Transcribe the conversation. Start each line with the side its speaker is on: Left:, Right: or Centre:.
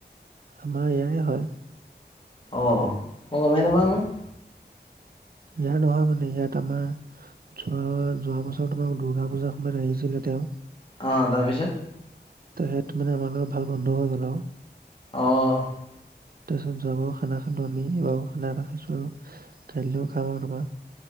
Right: আমাৰ ইয়াই হয়ঁ।
Left: অঁ মই গমেই নেপাওঁ নহয়।
Right: ইয়াৰ নহয় মানে ইয়াত আমাৰ- যোৱা যোৱা বছৰ তোমাৰ দূৰ্গা পূজাৰ সময়ত আহিছিলে তেওঁ।
Left: অঁ', তাৰ পিছত?
Right: তাপিছত' মানে আমাৰ লগত ভাল বন্ধু হৈ গ'ল আও।
Left: অঁ'।
Right: তাৰ পিছত যোৱা বাৰু খানা খালোঁ আমি এবাৰো খানা এটা খাইছোঁ আৰু- খাইলৈও খাম আও তোমাৰ -